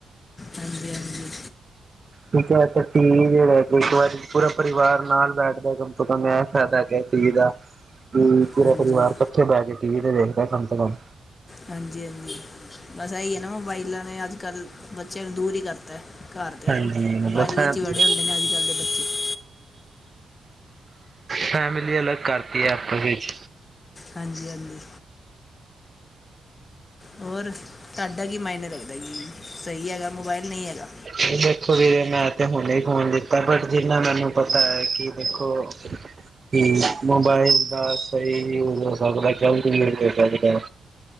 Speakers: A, on the left (about 30°); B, on the right (about 30°).
A: ਹੰਜੀ, ਆੰਜੀ।
B: ਠੀਕ ਐ ਤੇ ਟੀ ਵੀ ਜੇੜੈ ਕੋ ਇੱਕ ਵਾਰੀ ਪੂਰਾ ਪਰਿਵਾਰ ਨਾਲ ਬੈਠਦੈ ਕੰਮ ਤੋਂ ਕਮ ਐ ਫੈਦੈ। ਟੀ ਵੀ ਦਾ ਹੂੰ, ਪੂਰਾ
A: ਹਾਂਜੀ
B: ਪਰਿਵਾਰ ਕੱਠੇ ਬੈ ਕੇ ਟੀ ਵੀ ਤੇ ਵੇਖਦੈ ਕੰਮ ਸੇ ਕੰਮ।
A: ਹਾਂਜੀ-ਹਾਂਜੀ, ਬਸ ਐਹੀ ਏ ਨਾ ਮੋਬਾਈਲਾਂ ਨੇ ਅੱਜ-ਕੱਲ ਬੱਚਿਆਂ ਨੂੰ ਦੂਰ ਈ ਕਰਤੈ। ਘਰ ਦਯਾ
B: ਹਾਂਜੀ
A: ਤੋ
B: ਮਤਲਬ
A: ਮੋਬਾਇਲਾਂ ਈ ਚੀ ਵੜੇ ਹੁੰਦੇ ਨੇ ਅੱਜ-ਕੱਲ੍ਹ ਦੇ ਬੱਚੇ।
B: ਫੈਮਿਲੀ ਅਲੱਗ ਕਰਤੀ ਏ ਆਪਸ ਇਚ।
A: ਹਾਂਜੀ, ਹਾਂਜੀ। ਹੌਰ, ਤਾਡਾ ਕੀ ਮਾਇਣੇ ਰਖਦੈ ਜੀ, ਸਹੀ ਹੈਗੈ ਮੋਬਾਇਲ, ਨਹੀਂ ਹੈਗਾ?
B: ਏ ਦੇਖੋ ਵੀਰੇ ਮੈਂ ਤੇ ਹੁਣੇ ਈ ਫੋਨ ਲਿਤੈ ਬਟ ਜਿੰਨਾ ਮੈਨੂੰ ਪਤਾ ਹੈ ਕਿ ਵੇਖੋ ਓਕੇ <unintelligible> ਕਿ ਮੋਬਾਇਲ ਦਾ ਸਹੀ ਯੂਜ ਹੋ ਸਕਦਾ ਗਲਤ ਵੀ ਹੋ ਸਕਦੈ।